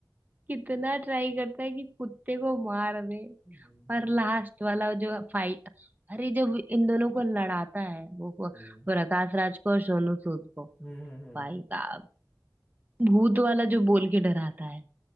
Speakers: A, on the right; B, in the centre.
A: कितना ट्राई करता है कि कुत्ते को मार दे
B: हम्म
A: और लास्ट वाला जो फाइट अरे जब इन दोनों को लड़ाता है वो को-
B: हम्म
A: प्रकाश राज को और सोनू सूद को
B: हम्म, हम्म। हम्म।
A: भाई साहब भूत वाला जो बोल के डराता है